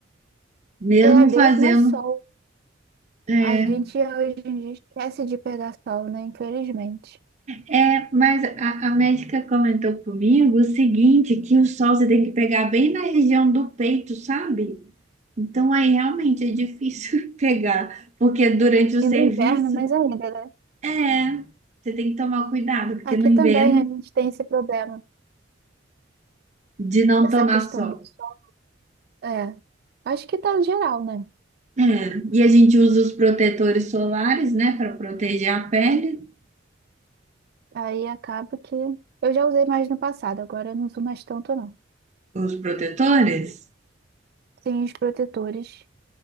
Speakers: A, on the right (about 35°); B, on the right (about 50°).
A: mesmo
B: é a des
A: fazendo.
B: mais sol.
A: é,
B: A gente hoje em dia esquece de pegar sol, né? Infelizmente.
A: É, mas a, a médica comentou comigo o seguinte, que o sol você tem que pegar bem na região do peito, sabe? Então aí realmente é difícil <laughs> pegar, porque durante o serviço,
B: E no inverno, mais ainda, né?
A: é, você tem que tomar cuidado, porque
B: Aqui
A: no inverno,
B: também a gente tem esse problema,
A: de não
B: essa
A: tomar
B: questão
A: sol.
B: do sol. É, acho que tá geral, né?
A: É, e a gente usa os protetores solares, né, para proteger a pele,
B: Aí acaba que eu já usei mais no passado, agora eu não uso mais tanto, não.
A: os protetores.
B: Tem os protetores.